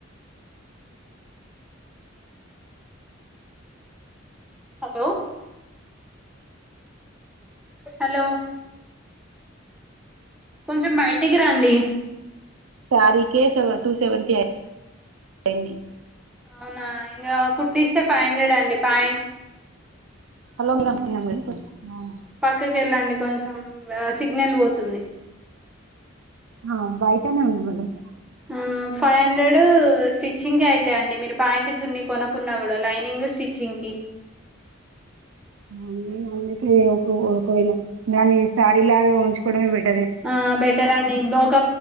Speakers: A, in the centre; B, on the right.
A: హలో హలో కొంచెం బయటకి రండి
B: సారీ కె సెవెన్ టూ సెవెంటీ <unintelligible> అయ్యింది
A: అవునా ఇంకా కుట్టిస్తే ఫైవ్ హండ్రెడ్ అండి ప్యాంట్
B: హలో <unintelligible> ఆ
A: పక్కకి వెళ్ళండి కొంచెం సిగ్నల్ పోతుంది
B: ఆ బయటనే ఉన్న మేడమ్
A: ఆ ఫైవ్ హండ్రెడ్ స్టిచ్చింగ్ క అయితాయ్ అండి మీరు పాయాంట్ చున్ని కొనుక్కున్నా కూడా లైనింగ్ స్టిచ్చింగ్ కి
B: అవును లేండి అందుకే ఓ ఒకవేళ దాని శారీ లాగా ఉంచుకోవడమే పెట్
A: ఆ బెటర్ అండి ఒక